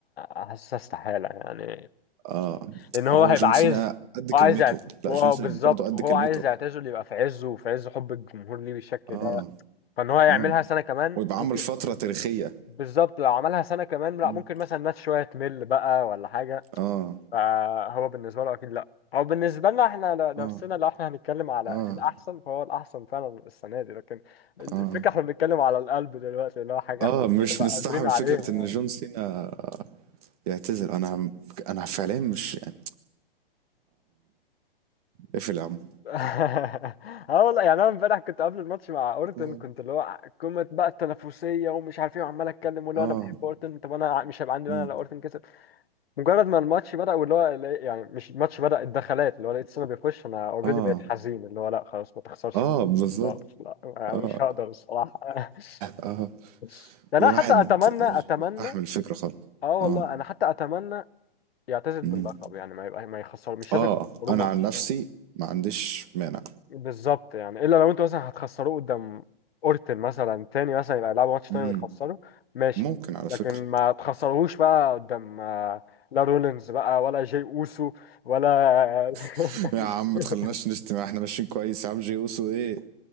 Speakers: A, on the left (about 80°); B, on the right (about 40°).
A: حاسس استحالة يعني
B: اه
A: لان هو
B: هو
A: هيبقى
B: جون
A: عايز
B: سينا قد كلمته
A: هو عايز يعت...
B: لا
A: هو
B: جون سينا
A: بالظبط
B: برضه قد
A: وهو
B: كلمته
A: عايز يعتزل يبقى في عزه وفي عز حب الجمهور ليه بالشكل
B: اه
A: ده فان هو يعملها
B: اه
A: سنه كمان
B: ويبقى
A: ممكن
B: عمل فترة تاريخية
A: بالظبط لو عملها سنه كمان لا
B: مم.
A: ممكن مثلا الناس شويه تمل بقى ولا حاجه
B: اه
A: فهو بالنسبه له اكيد لا هو بالنسبه لنا احنا ل- نفسنا
B: اه
A: لو احنا هنتكلم على
B: اه
A: الاحسن فهو الاحسن فعلا السنه دي لكن الفكره
B: اه
A: احنا بنتكلم على القلب دلوقتي اللي هو حاجه
B: اه
A: احنا
B: مش
A: مش هنبقى
B: مستحمل
A: قادرين عليها
B: فكرة ان جون سينا يعتزل انا انا فعليا مش يعني اقفل يا عم
A: <laughs> اه والله يعني انا امبارح كنت قبل الماتش مع اورتون
B: آه.
A: كنت اللي هو قمه بقى التنافسيه ومش عارف ايه وعمال اتكلم واللي
B: اه
A: هو انا بحب اورتون طب انا مش هيبقى عندي
B: مم.
A: مانع لو اورتون كسب مجرد ما الماتش بدا واللي هو لا- يعني مش الماتش بدا الدخلات اللي هو لقيت سنه بيخش انا اوريدي
B: اه
A: بقيت حزين اللي هو لا خلاص ما تخسرش
B: اه بالظبط
A: خلاص لا أنا
B: اه
A: مش هقدر الصراحه
B: آه.
A: <laughs> ده انا
B: الواحد
A: حتى اتمنى
B: مش
A: اتمنى
B: بيستحمل الفكرة خالص
A: اه والله
B: اه
A: انا حتى اتمنى يعتزل
B: مم.
A: باللقب يعني ما يبقى ما يخسر مش
B: اه
A: لازم يخسروا
B: انا
A: ماتش
B: عن نفسي ما عنديش مانع
A: بالظبط يعني الا لو انتوا مثلا هتخسروه قدام اورتل مثلا تاني مثلا يبقى يلعبوا ماتش تاني
B: مم.
A: ويخسروا ماشي
B: ممكن على فكرة
A: لكن ما تخسروهوش بقى قدام آه، لا رولينز بقى ولا جي اوسو ولا <laughs>
B: <laughs> يا عم ما تخليناش نشتم احنا ماشيين كويس يا عم جيوسو ايه